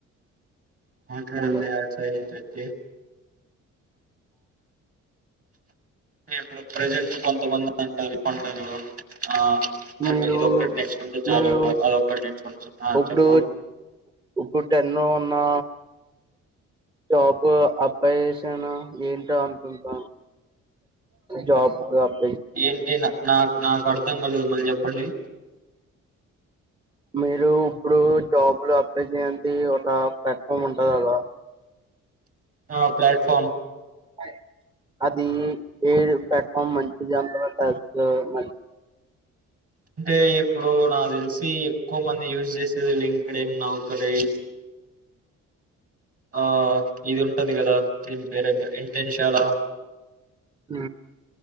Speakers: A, on the right; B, on the right.
A: మాట్లాడండి
B: మ్మ్.
A: ఎడ్ సైడ్ నుంచి వొచ్చే టే ఇప్పుడు ప్రజెంట్ కొంతమంది అంటారు కొంటారు ఆ
B: మీరు
A: ఇదొక్కటి నేర్చుకుంటే చాలు
B: మీరు
A: అదొక్కటి నేర్చుకుంటే చా ఆ
B: ఇప్పుడు
A: చెప్పు
B: ఇప్పుడు టెన్ను అన్నా జాప్ అబ్బా చేసానా ఏంటో అంటంటాను జాబ్ అప్
A: ఏంటి నా నాకు నాకు అర్థం కలదు మళ్ళీ చెప్పండి
B: మీరు ఇప్పుడు జాబ్లు అప్లై చెయ్యండి ఒక ప్లాట్ఫామ్ ఉంటంది కద
A: ఆ ప్లాట్ఫార్మ్
B: ఉన్నయ్ అది ఏడు ప్లాట్ఫామ్ మంచిది దాని తవాతస్ మంచిది
A: అంటే ఇప్పుడు నాకు తెలిసి ఎక్కువ మంది యూజ్ చేసేది లింక్డిన్, నౌకరి ఆ ఇది ఉంటుంది కదా దీని పేరు ఏంటో ఇంటిన్ షాలా
B: ఉ